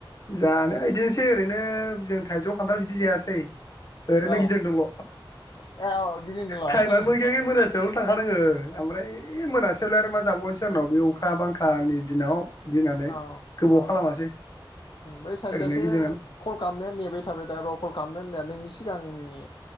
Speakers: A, on the left; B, on the left.
A: जानो। बिदिनोसै ओरैनो जों थाइजौ खान्थाल बिदि जायासै। ओरैनो
B: औ
A: गिदिंदोंल।
B: ए औ गिदिंदोंल' अ
A: टाइमानो मोनखायाखै मोनासियावल' थांखादों ओ ओमफ्राय ओ मोनासियावलाय आरो मा जाबावनोसै‌। सोरनाव बे अखा बांखानि दिनाव। गिनानै
B: औ
A: गोबाव
B: -औ
A: खालामासै
B: बै सासेयासो
A: ओरैनो गिदिंनानै
B: कल खालामनाया नेबाय थाबाय दा र' कल खालामनो होननाया नोंसि सिगां नि